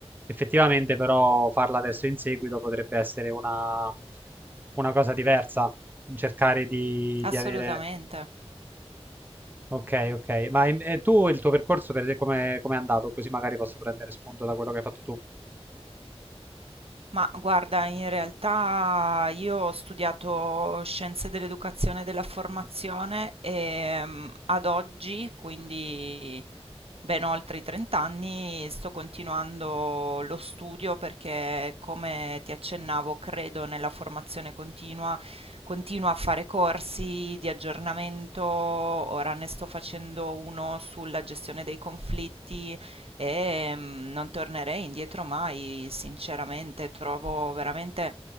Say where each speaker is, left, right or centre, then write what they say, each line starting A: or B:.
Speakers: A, on the right (about 15°); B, on the right (about 60°).
A: Effettivamente, però, farla adesso in seguito potrebbe essere una, una cosa diversa cercare di,
B: Assolutamente.
A: di avere Ok, ok. Ma in- e tu il tuo percorso per te come come è andato? Così magari posso prendere spunto da quello che hai fatto tu.
B: Ma guarda, in realtà io ho studiato scienze dell'educazione e della formazione e mm, ad oggi, quindi ben oltre i 30 anni, sto continuando lo studio perché, come ti accennavo, credo nella formazione continua, continuo a fare corsi di aggiornamento, ora ne sto facendo uno sulla gestione dei conflitti e mm, non tornerei indietro mai, sinceramente, trovo veramente